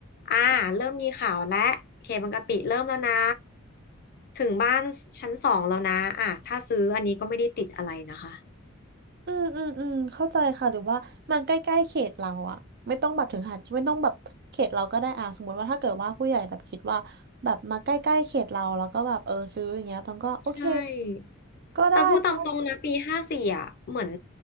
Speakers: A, on the left; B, on the right.
A: อ่าเริ่มมีข่าวและเขตบางกะปิเริ่มแล้วนะถึงบ้านชั้นสองแล้วนะอ่ะถ้าซื้ออันนี้ก็ไม่ได้ติดอะไรนะคะ
B: อืมอืมอืมเข้าใจค่ะหรือว่ามันใกล้ๆเขตเราอะไม่ต้องแบบถึงขนาดที่ไม่ต้องแบบเขตเราก็ได้อ่ะสมมติว่าถ้าเกิดว่าผู้ใหญ่แบบคิดว่าแบบมาใกล้ๆเขตเราแล้วก็แบบเออซื้ออย่างเงี้ยตองก็โอเค
A: ใช่
B: ก็ได้ก็
A: แต่พูดตามตรงนะปีห้าสี่อ่ะเหมือน